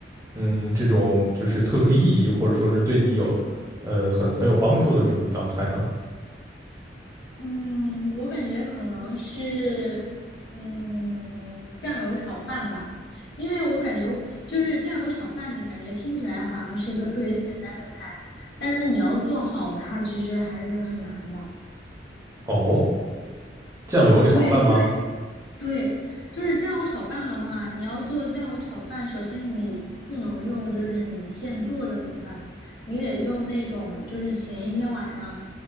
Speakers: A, on the right; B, on the left.
A: 嗯这种就是特殊意义，或者说是对你有呃很很有帮助的这么一道菜呢？
B: 嗯，我感觉可能是，嗯，酱油炒饭吧，因为我感觉就是酱油炒饭，你感觉听起来好像是一个特别简单的菜，但是你要做好它，其实还是很难的。
A: 哦，酱油炒饭吗？
B: 对，因为对，就是酱油炒饭的话，你要做酱油炒饭，首先你不能用就是你现做的米饭，你得用那种就是前一天晚上，